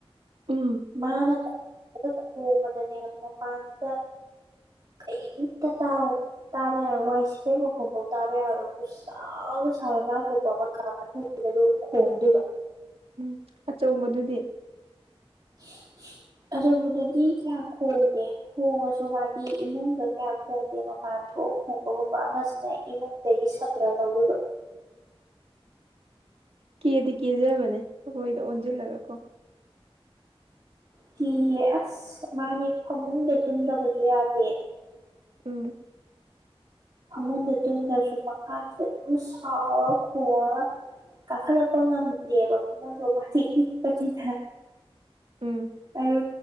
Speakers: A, on the right; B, on the right.
A: ꯎꯝ
B: ꯃꯥꯅ ꯈꯗ ꯈꯣꯡꯕꯗꯅꯦ ꯃꯄꯥꯟꯁꯤꯗ ꯀꯩꯛꯇ ꯇꯥꯎ ꯇꯥꯔꯦ ꯋꯥꯏꯁ ꯐꯕ ꯀꯕꯨꯣ ꯇꯥꯔꯦ ꯄꯁ ꯁꯥꯏ ꯉꯥ ꯊꯣꯛꯄ ꯑꯃ ꯀꯥ ꯑꯗꯨ ꯈꯣꯡꯗꯦꯕ
A: ꯎꯝ ꯑꯆꯧꯕꯗꯨꯗꯤ
B: <unintelligible> ꯑꯧꯕꯗꯨꯗꯤ ꯀꯌꯥ ꯈꯣꯡꯗꯦ ꯈꯣꯡꯉꯁꯨ ꯃꯥꯗꯤ ꯏꯃꯨꯡꯗ ꯀꯌꯥ ꯈꯣꯡꯗꯦ ꯃꯄꯥ ꯂꯟꯊꯣꯛ ꯍꯣꯡꯕ ꯍꯣꯡꯕ ꯃꯁꯤꯅ ꯏꯃꯨꯡ ꯁꯥꯇ꯭ꯔꯥ ꯂꯧꯔꯨꯕ
A: ꯀꯦꯗꯤ ꯀꯦꯖꯕꯅꯦ ꯁꯈꯣꯏꯗ ꯑꯣꯟꯁꯤꯜꯂꯒ ꯀꯣ
B: ꯀꯤꯌꯦ ꯑꯁ ꯃꯥꯅꯤ ꯐꯃꯨꯡꯗ ꯇꯨꯝꯗꯕꯁꯨ ꯌꯥꯗꯦ
A: ꯎꯝ
B: ꯐꯃꯟꯗ ꯇꯨꯡꯗ꯭ꯔꯁꯨ ꯃꯈꯥ ꯁꯥꯎꯔ ꯈꯣꯡꯔ ꯀꯥꯈꯂ ꯄꯉꯥ ꯃꯦ ꯀꯨꯃꯗ ꯃꯥꯊꯤ ꯄꯤꯛ ꯄꯇꯗ
A: ꯎꯝ
B: ꯑꯗꯨ